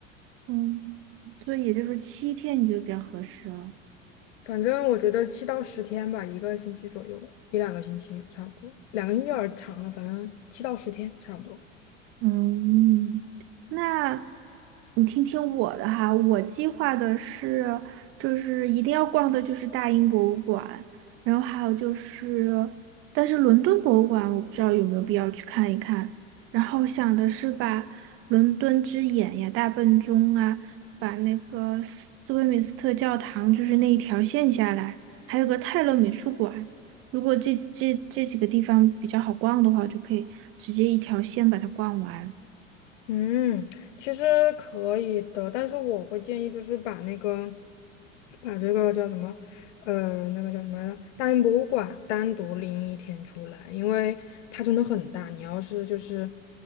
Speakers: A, on the right; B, on the left.
A: 嗯，所以也就是说七天，你觉得比较合适了。
B: 反正我觉得七到十天吧，一个星期左右，一两个星期差不多，两个星期有点儿长了，反正七到十天差不多。
A: 嗯，那你听听我的哈，我计划的是，就是一定要逛的就是大英博物馆，然后还有就是，但是伦敦博物馆我不知道有没有必要去看一看。然后想的是把伦敦之眼呀、大笨钟啊，把那个斯威敏斯特教堂就是那一条线下来，还有个泰勒美术馆。如果这这这几个地方比较好逛的话，就可以直接一条线把它逛完。
B: 嗯，其实可以的，但是我会建议就是把那个，把这个叫什么，呃，那个叫什么来着，大英博物馆单独拎一天出来，因为它真的很大，你要是就是，